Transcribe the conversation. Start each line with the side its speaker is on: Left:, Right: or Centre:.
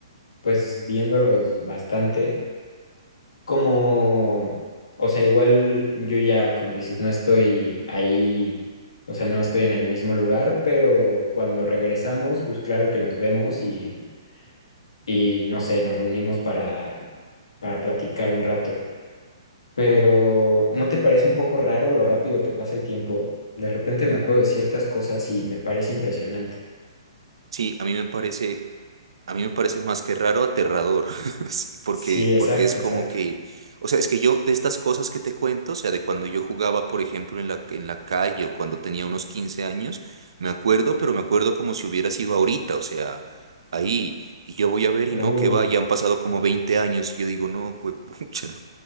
Left: pues viéndolos bastante, como, o sea, igual yo ya, como dices, no estoy ahí, o sea, no estoy en el mismo lugar, pero cuando regresamos, pues claro que nos vemos y, y no sé, nos reunimos para, para platicar un rato. Pero ¿no te parece un poco raro lo rápido que pasa el tiempo? De repente me acuerdo de ciertas cosas y me parece impresionante.
Right: Sí, a mí me parece, a mí me parece más que raro, aterrador, <laughs> sí, porque,
Left: Sí, exacto,
Right: porque es como
Left: exacto.
Right: que, o sea, es que yo de estas cosas que te cuento, o sea, de cuando yo jugaba, por ejemplo, en la, en la calle o cuando tenía unos 15 años, me acuerdo, pero me acuerdo como si hubiera sido ahorita, o sea, ahí, y yo voy a ver y
Left: Uy.
Right: no, que va, ya han pasado como 20 años y yo digo, no, fue <laughs>